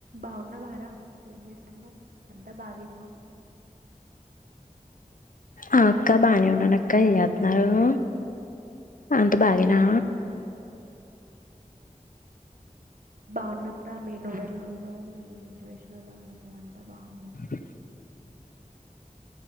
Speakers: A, on the right; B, on the left.
A: బాగున్నావరా ఏం చేస్తున్నావు అంతా బాగేనా
B: ఆ అక్క బాగానే ఉన్నాను అక్క ఏం చేస్తున్నారు అంత బాగేనా
A: బాగున్నాం రా మీ నువ్వెలా ఉన్నావు మీ సిచ్యువేషన్లా అంతా బాగు
B: <inaudible>